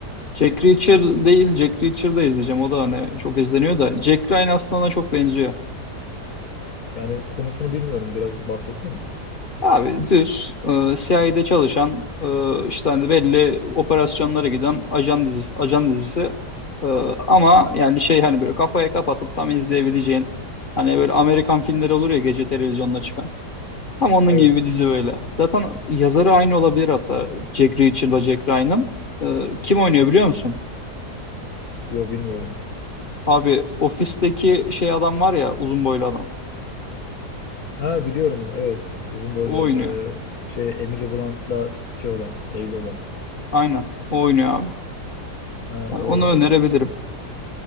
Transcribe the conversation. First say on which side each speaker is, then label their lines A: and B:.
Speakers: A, on the left; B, on the left.
A: Jack Reacher değil, Jack Reacher'da izleyeceğim. O da hani çok izleniyor da. Jack Ryan aslında ona çok benziyor.
B: Yani konusunu bilmiyorum. Biraz bahsetsene.
A: Abi düz e, CIA'de çalışan e, işte hani belli operasyonlara giden ajan dizisi, ajan dizisi. E, ama yani şey hani böyle kafaya kapatıp tam izleyebileceğin Hani böyle Amerikan filmleri olur ya gece televizyonda çıkan. Tam onun
B: Evet.
A: gibi bir dizi böyle. Zaten yazarı aynı olabilir hatta. Jack Reacher'la Jack Ryan'ın. Ee, kim oynuyor biliyor musun?
B: Yo bilmiyorum.
A: Abi ofisteki şey adam var ya uzun boylu adam.
B: Ha biliyorum. Evet. Uzun boylu
A: O oynuyor.
B: e, şey Emily Blunt'la şey olan, evli olan.
A: Aynen. O oynuyor abi.
B: Ha,
A: Ha,
B: o
A: onu önerebilirim.